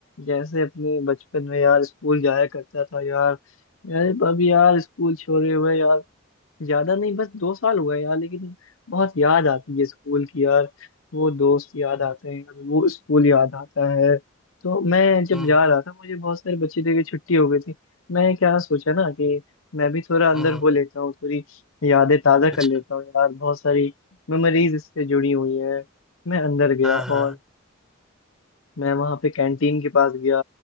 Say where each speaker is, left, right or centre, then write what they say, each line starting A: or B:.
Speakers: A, on the left; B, in the centre.
A: जैसे अपने बचपन में यार स्कूल जाया करता था यार यार अब यार स्कूल छोड़े हुए यार ज्यादा नहीं बस दो साल हुआ है यार लेकिन बहुत याद आती है स्कूल की यार वो दोस्त याद
B: हम्म
A: आते हैं यार वो स्कूल याद आता है तो मैं जब
B: हम्म,
A: जा रहा था मुझे बहुत सारे बच्चे थे कि छुट्टी हो गई थी मैं क्या सोचा ना कि मैं भी थोड़ा अंदर
B: हम्म, हम्म,
A: हो लेता हूँ थोड़ी यादें ताज़ा
B: अच्छा
A: कर लेता हूँ यार बहुत सारी मेमोरीज इससे जुड़ी हुई है मैं अंदर गया
B: हाँ
A: और
B: हाँ
A: मैं वहां पे कैंटीन के पास गया